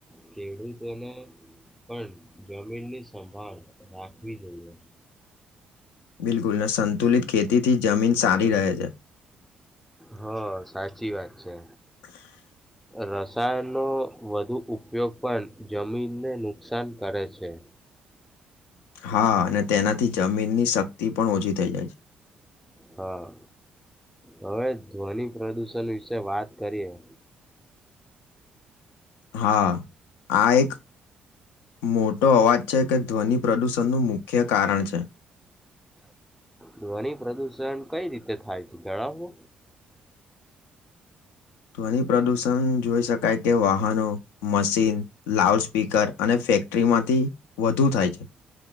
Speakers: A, in the centre; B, on the left (about 85°).
A: કેડૂતોને પણ જમીન ની સંભાળ રાખવી જોઈએ.
B: બિલકુલ ન સંતુલિત ખેતીથી જમીન સારી રહે છે.
A: હા સાચી વાત છે.
B: <unintelligible>
A: રસાયણનો વધુ ઉપયોગ પણ જમીનને નુકસાન કરે છે.
B: હા અને તેનાથી જમીનની શક્તિ પણ ઓછી થઈ જાય છે.
A: હા હવે ધ્વનિ પ્રદુષણ વિશે વાત કરીએ.
B: હા આ એક મોટો અવાજ છે કે ધ્વનિ પ્રદૂષણનું મુખ્ય કારણ છે.
A: ધ્વનિ પ્રદુષણ કઈ રીતે થાય છે જણાવો?
B: ધ્વનિ પ્ર્રદૂષણ જોઈ શકાય કે વાહનો મશીન લાઉડ સ્પીકર અને ફેક્ટરીમાંથી વધુ થાય છે.